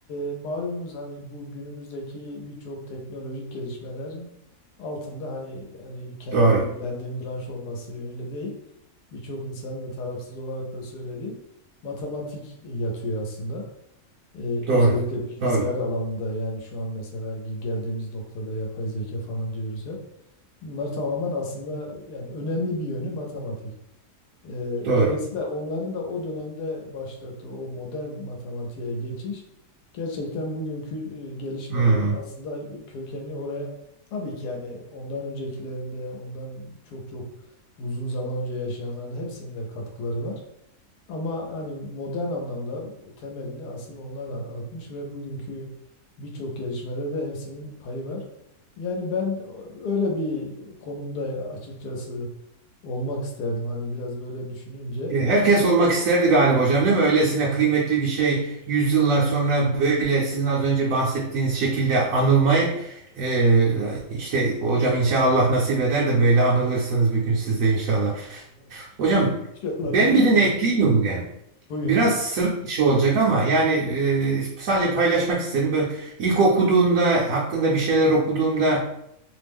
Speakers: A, on the left; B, on the right.
A: e, malumunuz hani bu günümüzdeki birçok teknolojik gelişmelerin altında hani hani kendi
B: Doğru,
A: ilgilendiğim branş olması yönüyle değil birçok insanın da tarafsız olarak da söylediği matematik yatıyor aslında. E, özellikle
B: doğru,
A: bilgisayar
B: doğru,
A: alanında yani şu an mesela geldiğimiz noktada yapay zeka falan diyoruz hep. Bunlar tamamen aslında yani önemli bir yönü matematik. Ee,
B: doğru.
A: dolayısıyla onların da o dönemde başlattığı o modern matematiğe geçiş gerçekten bugünkü e, gelişmelerin
B: Hmm.
A: aslında kökenli oraya tabii ki yani ondan öncekilerinde ondan çok çok uzun zaman önce yaşayanların hepsinde katkıları var. Ama hani modern anlamda temelini asıl onlar a- atmış ve bugünkü birçok gelişmede de hepsinin payı var. Yani ben öyle bir konumda açıkçası olmak isterdim hani biraz böyle düşününce.
B: E, Herkes olmak isterdi galiba hocam değil mi? Öylesine kıymetli bir şey yüzyıllar sonra böyle sizin az önce bahsettiğiniz şekilde anılmayı e, işte hocam inşallah nasip eder de böyle anılırsınız bir gün siz de inşallah.
A: Evet.
B: Hocam
A: <laughs> İnşallah
B: ben
A: diyelim
B: birini
A: de
B: ekleyeyim mi bugün?
A: buyurun.
B: Biraz sıra dışı olacak ama yani e, sadece paylaşmak istedim. Böyle ilk okuduğumda hakkında bir şeyler okuduğumda